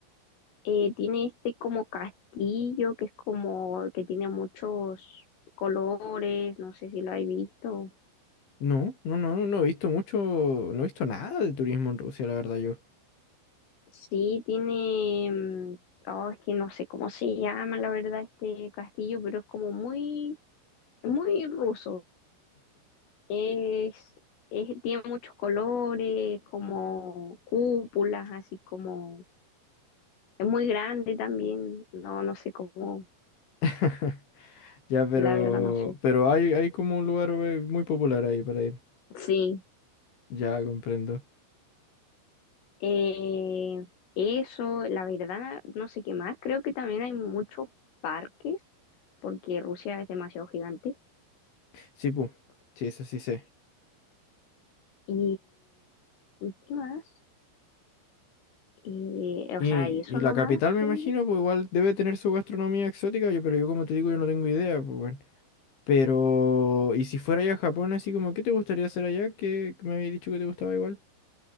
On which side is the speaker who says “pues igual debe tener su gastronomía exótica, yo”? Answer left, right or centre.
Left